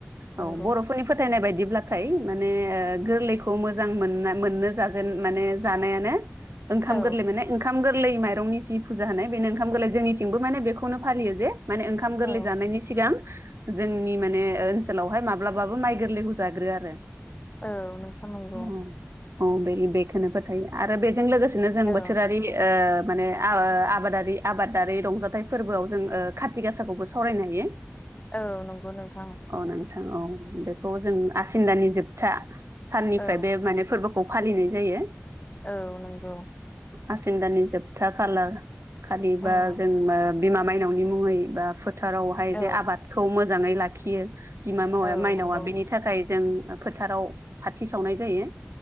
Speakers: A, on the left (about 30°); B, on the right (about 80°).
A: नंगौ
B: औ। बर'फोरनि फोथायनाय बाय दिब्लाथाय माने ओ गोरलैखौ मोजां मोना मोननो जाजेन माने जानायानो ओंखाम
A: औ
B: गोरलै माने ओंखाम गोरलै माइरंनि जि फुजा होनाय बेनो ओंखाम गोरलै जोंथिंबो माने बेखौनो फालियो जे माने ओंखाम
A: औ
B: गोरलै जानायनि सिगां जोंनि माने ओनसोलावहाय माब्लाबाबो माइ गोरलैखौ जाग्रोया आरो
A: औ नोंथां नंगौ
B: औ औ बे बेखोनो फोथायो आरो बेजों लोगोसेनो जोंबो
A: औ
B: ओ माने आबा आबादारि आबादारि रंजाथाइ फोरबोआव जों ओ खाथि गासाखौबो सावरायनो हायो।
A: औ नंगौ नोंथां।
B: औ नोंथां औ बेखौ जों आसिन दानि जोबथा साननिफ्राय
A: औ
B: बे माने फोरबो खौ फालिनाय जायो।
A: औ नंगौ।
B: आासिन दानि जोबथा खालार खालि
A: उम
B: बा जों ओ बिमा माइनावनि मुङै बा फोथारावहाय
A: औ
B: जे आबादखौ मोजाङै लाखियो बिमा मावाया
A: औ
B: माइनावा
A: नंगौ
B: बेनि थाखाय जों फोथाराव साथि सावनाय जायो